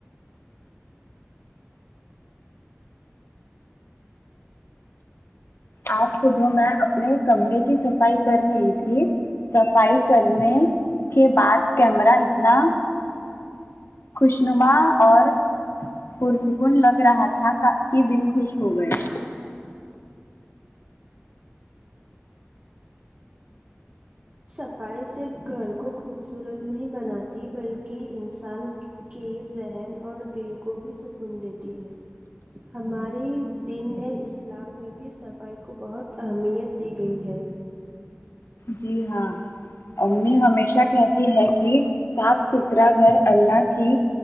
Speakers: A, on the left; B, on the right.
A: آج صبح میں اپنے کمرے کی صفائی کر رہی تھی صفائی کرنے کے بعد کیمرہ اتنا خوشنما اور پرسکون لگ رہا تھا کا کہ دل خوش ہو گیا
B: صفائی صرف گھر کو خوبصورت نہیں بناتی بلکہ انسان کے ذہن اور دل کو بھی سکون دیتی ہے ہماری دن اسلام میں بھی صفائی کو بہت اہمیت دی گئی ہے
A: جی ہاں امی ہمیشہ کہتی ہے کہ صاف سترہ گھر اللہ کی